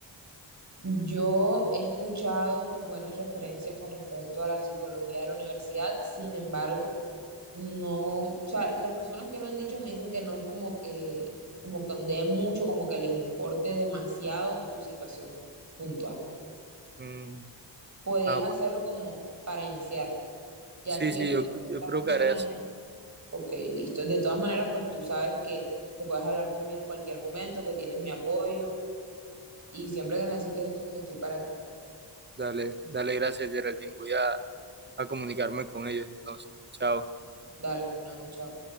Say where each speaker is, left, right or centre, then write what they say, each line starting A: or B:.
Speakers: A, on the right; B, on the right.
A: Yo he escuchado buenas referencias con respecto a la psicología de la universidad, sin embargo, no, o sea, las personas que me han dicho me dicen que no es como que, como que ondeen mucho, como que les importe demasiado tu situación puntual.
B: Mm,
A: Podrías
B: ah, bueno.
A: hacerlo como para iniciar. Ya
B: Sí,
A: si
B: sí,
A: ves
B: yo,
A: que no
B: yo
A: te está
B: creo
A: funcionando,
B: que haré así.
A: ok, listo. De todas maneras, pues tú sabes que, que puedes hablar conmigo en cualquier momento, que tienes mi apoyo y siempre que necesites, estoy para ti.
B: Dale, dale gracias, Geraldine. Voy a, a comunicarme con ellos entonces. Chao.
A: Dale, Fernando, chao.